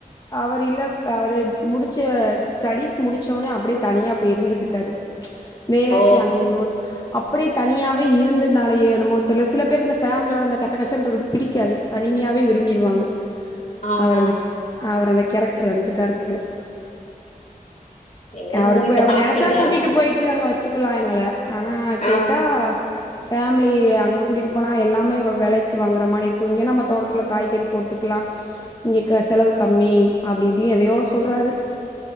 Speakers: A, on the left (about 25°); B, on the left (about 50°).
A: அவர் இல்லப் அவரு முடிச் ச்ச ஸ்டடிஸ் முடிச்சோனே அப்டியே தனியா போய் இருந்துகிட்டாரு வேலைக்கு
B: ஓ!
A: அங்க வொர்க் அப் அப்டி தனியாவே இருந்தனாலயோ என்னமோ தெர்ல சில பேர் அந்த ஃபேமிலியோட அந்த கச்ச கச்சன்றது பிடிக்காது தனிமையா விரும்பிடுவாங்க
B: ஆமா.
A: அவர் அந்த அவர் அந்த கேரக்டர் வந்துட்டாரு போல
B: சரி
A: அவருக்கு
B: உடுங்க. இப்ப
A: அவர்
B: சாப்ட்டீங்களா?
A: நெனச்சா கூட்டிட்டு போயிட்டு அங்க வச் வச்சுக்கலா எங்கள ஆனா கேட்டா
B: ஆ.
A: ஃபேமிலி அங்க கூட்டிட்டு போனா எல்லாமே வெலைக்கு வாங்குற மாரி இருக்கு இங்கன்னா நம்ம தோடத்துகுள்ள காய்கறி போட்டுக்கலா இங்க செலவு கம்மி அப்டி இப்டி எதயோ சொல்றாரு